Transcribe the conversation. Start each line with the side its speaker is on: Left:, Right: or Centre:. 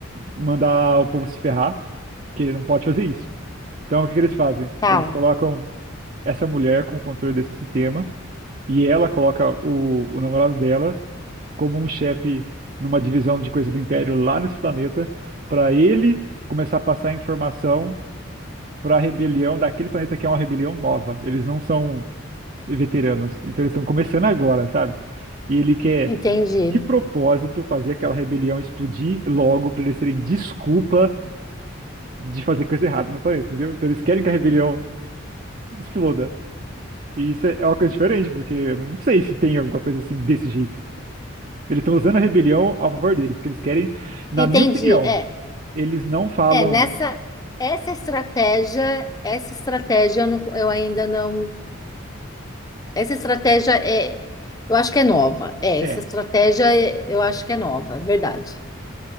Right: mandar o povo se ferrar, que ele não pode fazer isso. Então, o que que eles fazem?
Left: Tá.
Right: Eles colocam essa mulher com o controle desse sistema, e ela coloca o, o namorado dela como um chefe numa divisão de coisa do Império lá nesse planeta, para ele começar a passar informação para a rebelião daquele planeta que é uma rebelião nova. Eles não são veteranos, então eles estão começando agora, sabe? E ele quer
Left: Entendi.
Right: de propósito fazer aquela rebelião explodir logo para eles terem desculpa de fazer coisa errada no planeta, entendeu? Então eles querem que a rebelião exploda. E isso é uma coisa diferente, porque eu não sei se tem alguma coisa assim desse jeito. Eles estão usando a rebelião a favor deles, porque eles querem, na
Left: Entendi.
Right: minha opinião,
Left: É,
Right: eles não falam.
Left: é. Nessa, essa estratégia, essa estratégia eu, não- eu ainda não. Essa estratégia é. Eu acho que é nova. É,
Right: É,
Left: essa estratégia é- eu acho que é nova, é verdade.